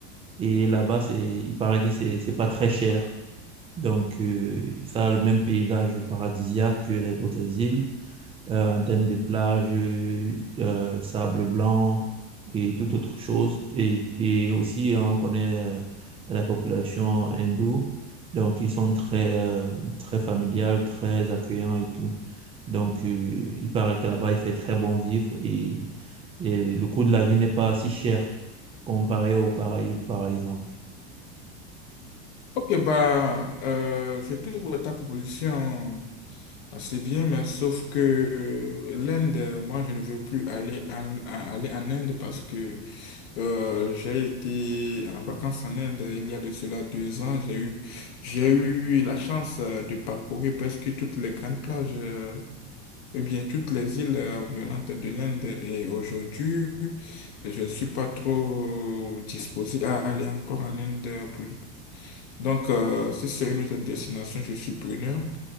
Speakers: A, on the right; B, on the left.
A: Et là-bas, c'est, il paraît que c'est, c'est pas très cher. Donc, euh, ça a le même paysage paradisiaque que les autres îles. euh, en termes de plage, euh, sable blanc et toute autre chose. Et, et aussi, on connaît euh, la population hindoue. Donc, ils sont très, euh, très familiales, très accueillants et tout. Donc, euh, il paraît que là-bas, il fait très bon vivre et, et le coût de la vie n'est pas si cher comparé aux Caraïbes, par exemple.
B: Ok, bah, euh, je trouve ta proposition assez bien, mais sauf que euh, l'Inde, moi, je ne veux plus aller en, à- aller en Inde parce que Euh, j'ai été en vacances en Inde il y a de cela deux ans. J'ai eu, j'ai eu la chance euh, de parcourir presque toutes les grandes plages, euh, eh bien toutes les îles euh, environnantes de l'Inde. Et aujourd'hui, je ne suis pas trop disposé à aller encore en Inde. pour- Donc, euh, si c'est une autre destination, je suis preneur.